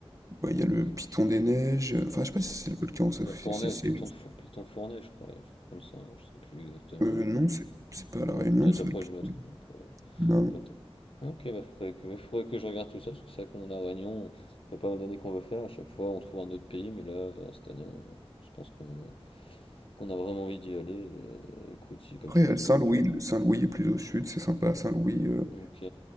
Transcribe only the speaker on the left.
Hmm,
Ouais.
La Fournaise,
Python
de Four, Python Fournaise, je crois, quelque chose comme ça. Je sais plus exactement,
mais j'ai
pas.
Bon,
peut-être
après
je me trompe. euh,
peut-être. Ok, bah faudrait que, faudrait que je regarde tout ça, parce que c'est vrai qu'on la Réunion, ça fait pas mal d'années qu'on veut faire, à chaque fois on trouve un autre pays, mais là, euh, cette année, on, je pense qu'on qu'on a vraiment envie d'y aller. euh, écoute, si comme
tu
m'as dit,
Ok.